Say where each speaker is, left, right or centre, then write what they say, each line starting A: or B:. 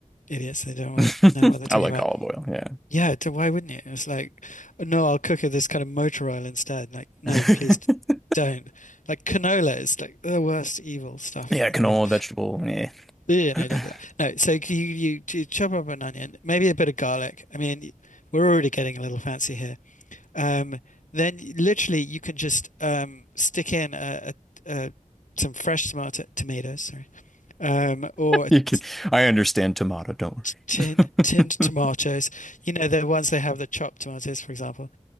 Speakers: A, on the left; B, in the centre.
A: idiots. They don't wa-
B: <laughs>
A: know what they're talking
B: I like
A: about.
B: olive oil. Yeah,
A: Yeah, d- why wouldn't you? It's like, no, I'll cook it this kind of motor oil instead. Like, no,
B: <laughs>
A: please d- don't. Like canola is like the worst evil stuff
B: yeah,
A: in
B: canola,
A: the world.
B: vegetable. Yeah,
A: Yeah, no,
B: <laughs>
A: don't do that. No, so c- you you do chop up an onion, maybe a bit of garlic. I mean, we're already getting a little fancy here. Um, then y- literally you can just um stick in a, a, a some fresh tomato tomatoes, sorry, um, or
B: you can.
A: t-
B: I understand tomato. Don't worry.
A: t- tin tinned tomatoes.
B: <laughs>
A: You know, the ones they have the chopped tomatoes, for example.